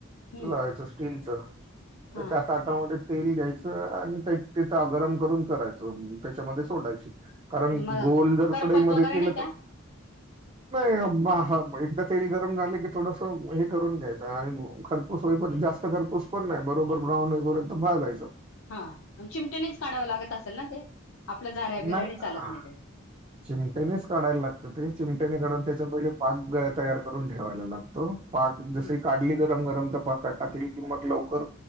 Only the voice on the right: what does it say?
लावायच स्टीलच, तर
त्या ताटामध्ये तेल घ्यायचं आणि ते तिथं गरम करून करायचं. त्याच्यामध्ये सोडायची. कारण
गोल जर
कडईमध्ये
केलं
तर नाही बाहा एकदा तेल गरम झालं, की थोडसं हे करून घ्यायचं. आणि खरपूस होई पर्यंत, जास्त खरपूस पण नाही, बरोबर ब्राऊन होईपर्यंत भाजायचं.
नाही,
हा
चिमट्यानीच काढायला लागतं ते, चिमट्यानी काढून त्याच्या पहिली पाक तयार करून ठेवायला लागतो. पाक जसी
काढली, गरम गरम तर पाकात टाकली कि मग लवकर